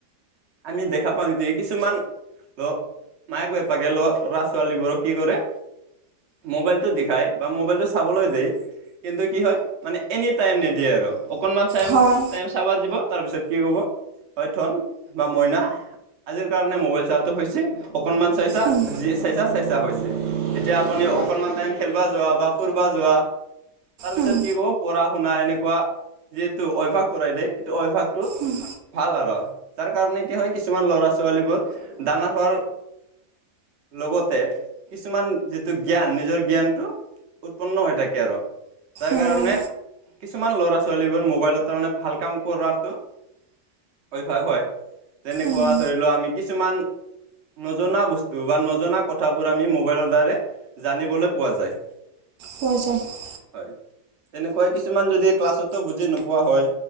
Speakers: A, on the right (about 55°); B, on the right (about 70°).
A: আমি দেখা পাওঁ যে কিছুমান ল মায়েক বেপাকে ল ল'ৰা ছোৱালীবোৰক কি কৰে মোবাইল টো দেখাই বা মোবাইলটো চাবলৈ দি কিন্তু কি হয় মানে এনি টাইম নিদিয়ে আৰু অকণমান চাইম
B: হয়
A: টাইম চাব দিব তাৰপিছত কি ক'ব হয় থন বা মইনা আজিৰ কাৰণে মোবাইল চোৱাটো হৈছে অকনমান চাইছা
B: উম
A: যি চাইছা চাইছা হৈছে। এতিয়া আপুনি অকনমান টাইম খেলবা যোৱা বা ফুৰবা যোৱা। তাৰ পিছত
B: উম
A: কি কব পঢ়া শুনা এনেকুৱা যিহেটো অভ্যাস কৰাই দে, এইটো অভ্যাসটো
B: উম
A: ভাল আৰু। তাৰ কাৰণে কি হয় কিছুমান ল'ৰা ছোৱালীবোৰ ডাঙৰ হোৱাৰ লগতে কিছুমান যিটো জ্ঞান নিজৰ জ্ঞানটো উৎপন্ন হৈ থাকে আৰু তাৰ
B: উম
A: কাৰণে কিছুমান ল'ৰা ছোৱালীবোৰ মোবাইলত তাৰ মানে ভাল কাম কৰোঁৱাটো অভ্যাস হয় তেনেকুৱা
B: উম
A: ধৰি লওক আমি কিছুমান নজনা বস্তু বা নজনা কথাবোৰ আমি মোবাইলৰ দ্বাৰা জানিবলৈ পোৱা যায়৷
B: কৈজা <unintelligible>
A: হয় তেনেকুৱা কিছুমান যদি ক্লাছতো বুজি নোপোৱা হয়